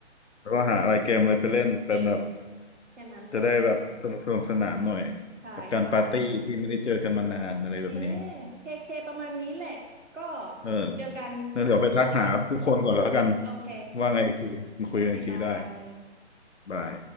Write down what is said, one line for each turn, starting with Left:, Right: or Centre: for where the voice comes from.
Left: แล้วก็หาอะไรเกมอะไรไปเล่นเป็นแบบ
Right: เออเกมแค่นั้นแหละ
Left: จะได้แบบสนุกสนุกสนานหน่อย
Right: ใช่ประมาณนั้น
Left: กับการปาร์ตี้ที่ไม่ได้เจอกันมานานอะไรแบบนี้
Right: เคเคเคประมาณนี้แหละก็
Left: เออ
Right: เจอกันวันนั้นแล้วกัน
Left: นั่นเดี๋ยวไปทักหาทุกคนก่อนแล้วกัน
Right: โอเค
Left: ว่าไงอีกทีมาคุยกันอีกทีได้
Right: โอเคบาย
Left: บาย